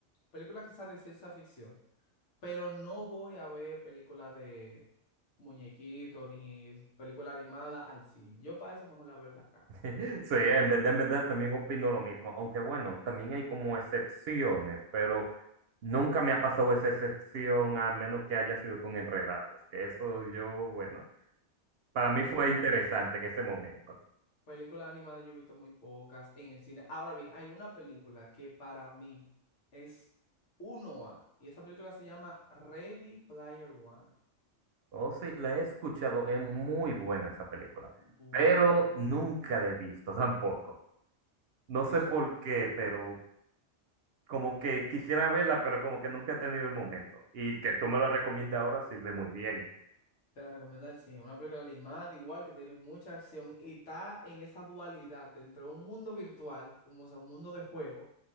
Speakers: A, on the left; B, on the right.
A: películas quizás de ciencia ficción. Pero no voy a ver películas de muñequitos ni películas animadas al cine. Yo para eso mejor la veo en la casa.
B: <laughs> Sí, en verdad, en verdad también opino lo mismo, aunque bueno, también hay como excepciones, pero nunca me ha pasado esa excepción, al menos que haya sido con enredados, que eso yo, bueno, para mí
A: Películas
B: fue interesante en ese momento.
A: películas animadas yo he visto muy pocas en el cine. Ahora bien, hay una película que para mí es uno a y esa película se llama Ready Player One.
B: Oh, sí, la he escuchado, es muy buena esa película,
A: Bueno,
B: pero nunca la he visto <laughs> tampoco. No sé
A: esa
B: por qué, pero como que quisiera verla, pero como que nunca he tenido el momento. Y que tú me lo recomiendas ahora sirve muy bien.
A: Te la recomiendo al 100. Una película animada, igual que tiene mucha acción y está en esa dualidad de entre un mundo virtual, como, o sea, un mundo de juego,